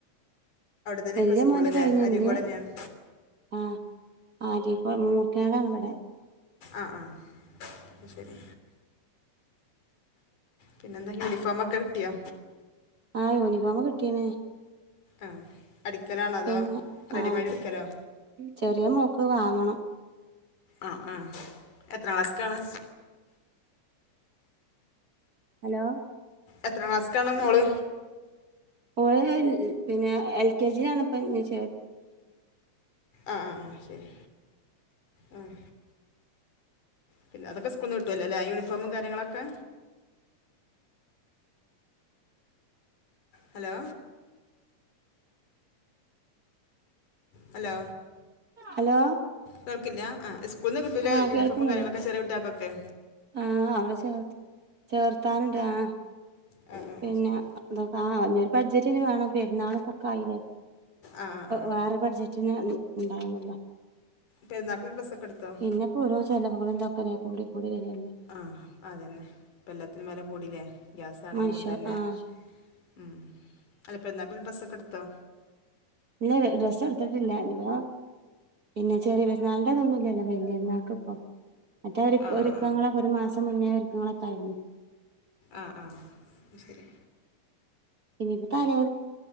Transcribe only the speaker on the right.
വലിയ
മോന്റെ കഴിഞ്ഞ്
ഇഞ്ഞ്
ആഹ് ആര്യാ പള്ളുമൂക്കിലാണ് ഇവിടെ
ആഹ് യൂണിഫോം കിട്ടിയിന്
പിന്നെ
ആ
ചെറിയ മോക്ക് വാങ്ങണം
ഹലോ
ഓള് പിന്നെ എൽ കെ ജിയിലാണ് ഇപ്പ ഇഞ്ഞി ചേ
ഹലോ
ആഹ്
കേൾക്കുന്നുണ്ട്
ആഹ് അവിടെ ചേ ചേർത്താനുണ്ട് ആഹ്
പിന്നെ
അതൊക്കെ ആഹ് ഇനിയൊരു ബഡ്ജിറ്റിനി വേണം പെരുന്നാളും ഇതൊക്കെയായില്ലേ
വേറെ ബഡ്ജറ്റിന് ഉണ്ടാവുന്നുല്ലാ
ഇന്നപ്പോ ഓരോ ചെലവുകളും ഇതൊക്കെരെ കൂടി കൂടി വരുവല്ലേ
മനുഷ്യ
ആഹ്
ഇല്ല ഡ്രസ്സെടുത്തിട്ടില്ല ഇഞ്ഞി <unintelligible> പിന്നെ ചെറിയ പെരുന്നാളിന്റെ ഇതൊന്നുവില്ലല്ലോ വല്യ പെരുന്നാക്കിപ്പം മറ്റേ ഒരുക്ക
ഒരുക്കങ്ങളൊക്കെ
ഒരു മാസം മുന്നേ ഒരുക്കങ്ങളൊക്കെ കഴിഞ്ഞു
ഇനിപ്പോ തലേ